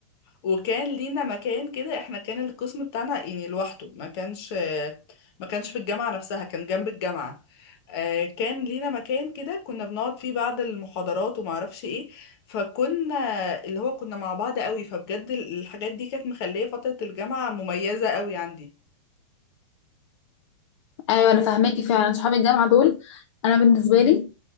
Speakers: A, on the left (about 55°); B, on the left (about 70°).
A: وكان لينا مكان كده احنا كان القسم بتاعنا يعني لوحده ما كانش ما كانش في الجامعة نفسها كان جنب الجامعة آه، كان لينا مكان كده كنا بنقعد فيه بعد المحاضرات وما اعرفش ايه فكنا اللي هو كنا مع بعض قوي فبجد الحاجات دي كانت مخلية فترة الجامعة مميزة قوي عندي
B: ايوه انا فاهماكي فعلا صحاب الجامعه دول انا بالنسبه لي